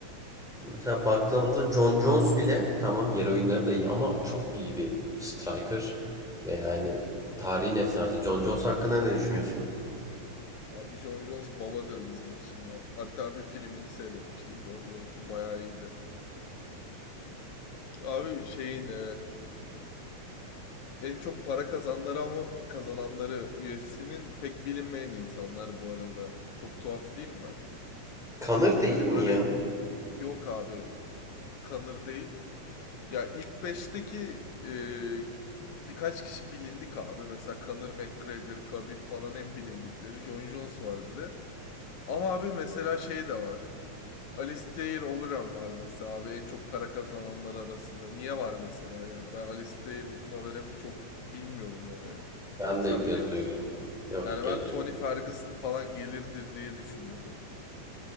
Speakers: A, in the centre; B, on the left.
A: Mesela
B: Hı
A: baktığımızda John Jones bile tamam yer oyunları da iyi ama çok iyi bir striker ve yani tarihin efsanesi. John Jones hakkında ne düşünüyorsun?
B: Abi Jon Jones babadır bizim için yani. Hatta bir filmini seyretmiştim. Jon Jones'un bayağı iyiydi. Abi şeyin e, en çok para kazanları ama kazananları UFC'nin pek bilinmeyen insanlar bu arada. Çok tuhaf değil mi?
A: Kanır değil
B: Hani
A: mi
B: böyle
A: ya?
B: yok abi kanır değil. Ya ilk beşteki e, birkaç kişi bilindik abi. Mesela Conor McGregor, Khabib falan en bilindikleri. Jon Jones var bir de. Ama abi mesela şey de var. Alistair Overeem var mesela abi en çok para kazananlar arasında. Niye var mesela yani? Ben Alistair Overeem'i çok bilmiyorum yani.
A: Ben
B: Sen
A: de ilk kez
B: biliyor
A: duyuyorum.
B: musun?
A: Yok
B: Yani
A: ilk kez
B: ben
A: duyuyorum.
B: Tony Ferguson falan gelirdir diye düşünüyordum.